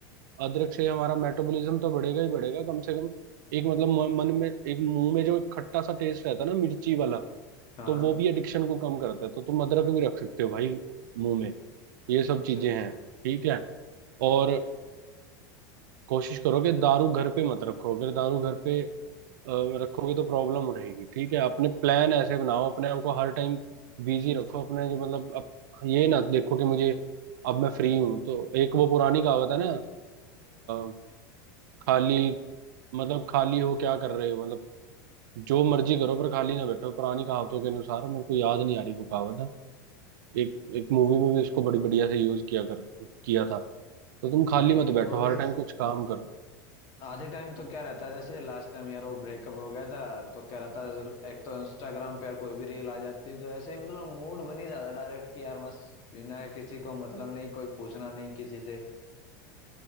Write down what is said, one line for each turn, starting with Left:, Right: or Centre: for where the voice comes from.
Right: अदरक से हमारा मेटाबॉलिज्म तो बढ़ेगा ही बढ़ेगा कम से कम एक मतलब म- मन में एक मुंह में जो एक खट्टा सा टेस्ट रहता है ना मिर्ची वाला
Left: हाँ
Right: तो वो भी एडिक्शन को कम करता है तो तुम अदरक भी रख सकते हो भाई मुंह में ये सब
Left: अच्छा
Right: चीजें
Left: अच्छा
Right: हैं ठीक है और कोशिश करो कि दारू घर पे मत रखो अगर दारू घर पे अ, रखोगे तो प्रॉब्लम रहेगी ठीक है अपने प्लान ऐसे बनाओ अपने आप को हर टाइम बिजी रखो अपने जो मतलब अब ये ना देखो कि मुझे अब मैं फ्री हूं तो एक वो पुरानी कहावत है ना अ, खाली मतलब खाली हो क्या कर रहे हो मतलब जो मर्जी करो पर खाली ना बैठो पुरानी कहावतों के अनुसार मेरे को याद नहीं आ रही वो कहावत है एक एक मूवी में भी उसको बड़ी बढ़िया से यूज किया कर किया था तो तुम खाली
Left: भाई
Right: मत बैठो
Left: मूवीज
Right: हर टाइम कुछ काम करो
Left: आधे टाइम तो क्या रहता है जैसे लास्ट टाइम यार वो ब्रेकअप हो गया था तो क्या रहता है जर- एक तो इंस्टाग्राम पे यार कोई भी रील आ जाती है तो ऐसे ही मतलब मूड बन ही जाता डायरेक्ट कि यार बस बिना किसी को मतलब नहीं कोई पूछना नहीं किसी से